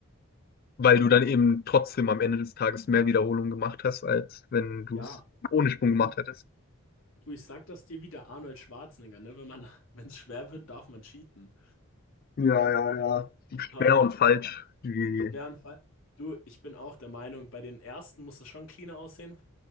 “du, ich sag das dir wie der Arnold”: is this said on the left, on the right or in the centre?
Left